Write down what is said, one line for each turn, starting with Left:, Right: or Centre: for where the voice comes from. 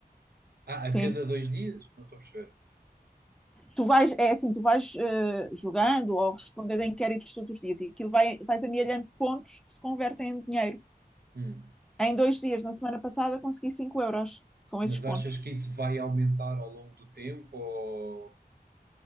Right: Ah,
Centre: sim.
Right: a cada dois dias? Não estou a perceber.
Centre: Tu vais, é assim, tu vais eh, jogando ou respondendo a inquéritos todos os dias e aquilo vai, vais amealhando pontos que se convertem em dinheiro.
Right: Hum.
Centre: Em dois dias, na semana passada, consegui 5 euros com
Right: Mas
Centre: esses pontos.
Right: achas que isso vai aumentar ao longo do tempo? Ou...